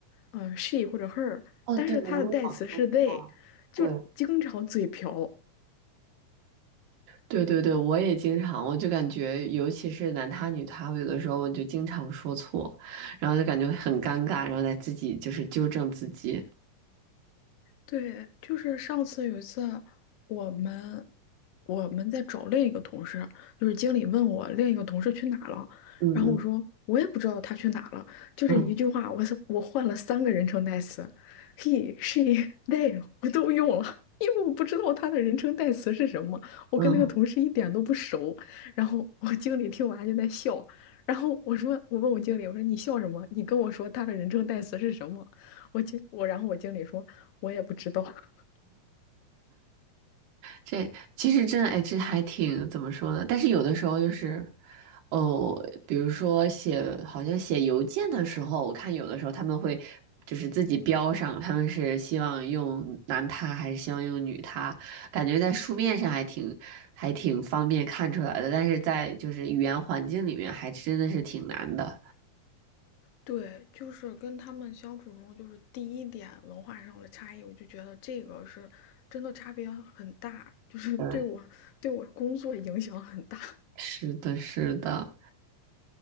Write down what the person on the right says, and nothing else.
哦，
对，我有想说错，
对。对对对，我也经常，我就感觉，尤其是男他女他，我有的时候我就经常说错，然后就感觉很尴尬，然后再自己就是纠正自己。
嗯嗯
嗯
嗯。
这其实真的，哎，这还挺怎么说呢？但是有的时候就是，哦，比如说写，好像写邮件的时候，我看有的时候他们会就是自己标上，他们是希望用男他还是希望用女他，感觉在书面上还挺还挺方便看出来的，但是在就是语言环境里面还真的是挺难的。
嗯，
是的，是的。